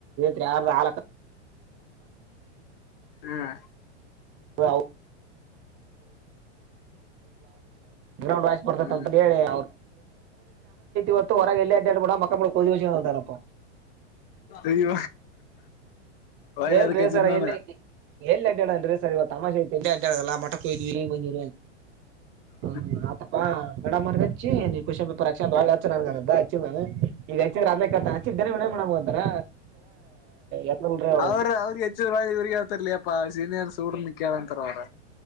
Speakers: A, on the right; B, on the left.
A: ಯಾರ ಆ
B: ಹಾ
A: ಹ ಗ್ರೌಂಡ್ ವಸ್ ರ್ತಮೇತಿ
B: ಹ್ಮ್
A: ಹೊತ್ತು ಹೊರಗೆ ಎ ಅಡ್್ಯಾಡ್ಡ ಮಕ್ಕಳ ಕಂತಾರಾ
B: ಅಯ್ಯ ಒಳ್ಳದಕ್ಕೆ
A: ಏಲ್ರೀ
B: ಚ
A: ಸರ್
B: ನಾನ
A: ಎಲ್ಲಿ ಎಲ್ಲಿ ಅಡ್ಡೋಣನ್ರಿ ಸರಿ ಇವ ತಮಾಶೆ ಇ ಎಲ್ಲಿ ಅಡದಲ್ಲ ಮಠಕ್ಕೆ ಕೊಯ್ವಿ ಬಂದಿಿ
B: ಹೌ
A: ಹ ಆತಪಾ ಮಡ ಮರ್ಗಚ್ಚಿ ನೀ ಖುಷಪ ರಕ್ಷಾಳ ನನ್ಚ್ಚಿಲ್ಲ ನಾನು ಈಗಚ್ಚ ಅದತಚ್ಚಿದ
B: ಹ್ಮ್
A: ಮೇಡಮ್ಿಾರ ಎ ಅವಳ
B: ಅವ ಅವ್ರ ಿ ಇವರಿಗೆಿಗೆ ಹೇಳ್ತರ್ಲ ಅಪ್ಪಾ ಸೀನಿಯರ್ ಸೂಡ್ರನ್ ಕೇಳಂತಾರ ಅವರು